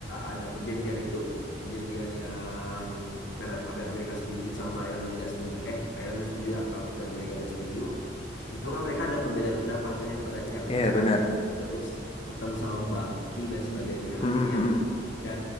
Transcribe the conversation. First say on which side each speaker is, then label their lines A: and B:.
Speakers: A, on the left (about 85°); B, on the left (about 35°).
A: ada perjanjian itu, perjanjian yang kata- Kapten Amerika setuju sama Iron Man nggak setuju, eh Iron Man setuju, Kapten Amerika nggak setuju. Di situ kan mereka ada perbedaan pendapat kan yang pada akhirnya pecah,
B: yeah, benar.
A: terus ketemu sama Bucky dan sebagainya,
B: Hmm,
A: akhirnya
B: hmm, hmm.
A: ya